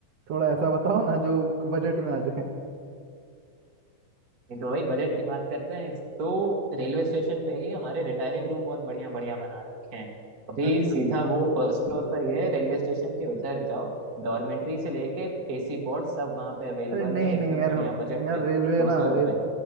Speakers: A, on the right; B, on the right.
A: थोड़ा ऐसा बताओ ना जो बजट में आ जाए
B: नहीं तो वही बजट की बात करते हैं इस- तो रेलवे स्टेशन पे ही हमारे रिटायरिंग रूम बहुत बढ़िया बढ़िया बना रखे हैं अभी
A: अच्छा
B: सीधा वो फर्स्ट फ्लोर पर ये रेलवे स्टेशन के उधर जाओ डॉर्मेट्री से लेके एसी पॉड सब वहाँ पे अवेलेबल
A: अरे नहीं
B: है एकदम
A: नहीं यार
B: बढ़िया बजट
A: यार
B: में
A: रेलवे
B: दो
A: ना
B: सौ
A: रेल
B: रुपए